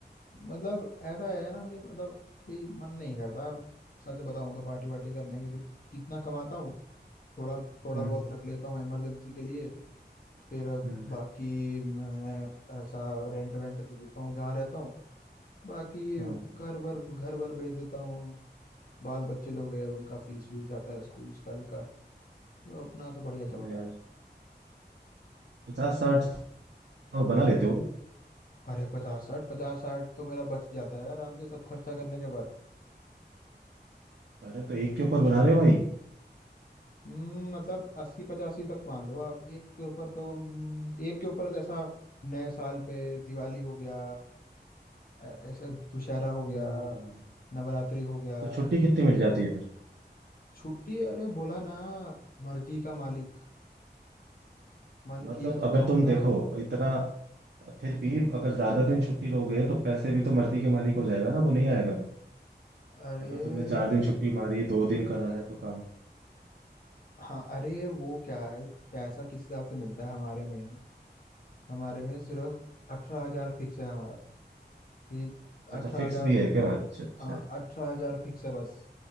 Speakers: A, on the left; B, on the right.
A: मतलब ऐसा है ना कि मतलब भी मन नहीं करता सच बताऊं तो पार्टी वार्टी करने के जित, जितना कमाता हूँ थोड़ा थोड़ा
B: हम्म
A: बहुत रख लेता हूँ इमरजेंसी के लिए फिर
B: हम्म
A: बाकी मैं ऐसा रेंट वेंट दे देता हूँ जहाँ रहता हूँ बाकी
B: हाँ
A: घर भर घर भर भेज देता हूँ बाल बच्चे लोग हैं उनका फीस फीस जाता है स्कूल स्कूल का तो अपना तो बढ़िया चलता
B: हाँ यार
A: है
B: पचास साठ तो बना लेते हो
A: अरे पचास साठ पचास साठ तो मेरा बच जाता है आराम से सब खर्चा करने के
B: अरे तो एक के ऊपर बना रहे हो भाई
A: हम्म, मतलब अस्सी पचासी तक मान लो आप एक के ऊपर तो हम्म, एक के ऊपर तो ऐसा नए साल पे दिवाली हो गया ऐ- ऐसा दुशहरा हो गया
B: हम्म
A: नवरात्रि हो गया
B: तो छुट्टी कितनी मिल जाती है फिर
A: छुट्टी अरे बोला ना मर्जी का मालिक मन
B: मतलब
A: किया तो
B: अगर
A: जाऊंगा
B: तुम देखो इतना फिर भी अगर ज्यादा दिन छुट्टी लोगे तो पैसे भी तो मर्जी के मालिक हो जाएगा ना वो नहीं आएगा फिर
A: अरे
B: अगर तुमने चार दिन छुट्टी मारी दो दिन करा है तो काम
A: हाँ अरे वो क्या है पैसा किस हिसाब से मिलता है हमारे में हमारे में सिर्फ अठारह हजार फिक्स है हमारा कि अठारह
B: अच्छा फिक्स
A: हजार
B: भी है क्या अच्छा अच्छा
A: हाँ, अठारह हजार फिक्स है बस